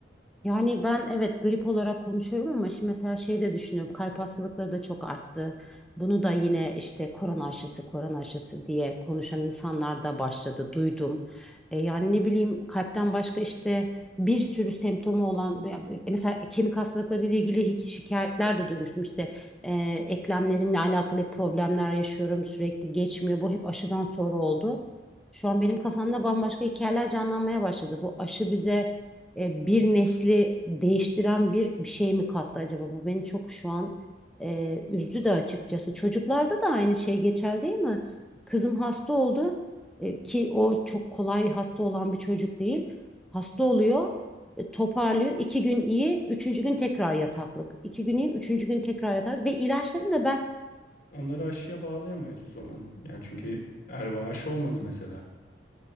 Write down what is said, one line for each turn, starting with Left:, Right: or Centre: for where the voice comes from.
Centre: Yani ben evet grip olarak konuşuyorum ama şimdi mesela şey de düşünüyorum. Kalp hastalıkları da çok arttı. Bunu da yine işte korona aşısı, korona aşısı diye konuşan insanlar da başladı, duydum. E, yani ne bileyim kalpten başka işte bir sürü semptomu olan ya bu- mesela kemik hastalıkları ile ilgili hi- şikayetler de duymuştum. İşte e, eklemlerimle alakalı hep problemler yaşıyorum, sürekli geçmiyor. Bu hep aşıdan sonra oldu. Şu an benim kafamda bambaşka hikayeler canlanmaya başladı. Bu aşı bize e, bir nesli değiştiren bir bir şey mi kattı acaba? Bu beni çok şu an e, üzdü de açıkçası. Çocuklarda da aynı şey geçerli değil mi? Kızım hasta oldu e, ki o çok kolay hasta olan bir çocuk değil. Hasta oluyor, e, toparlıyor. İki gün iyi, üçüncü gün tekrar yataklık. İki gün iyi, üçüncü gün tekrar yataklık. Ve ilaçlarını da ben...
Left: Onları aşıya bağlayamayız o zaman. Yani çünkü erva aşı olmadı mesela.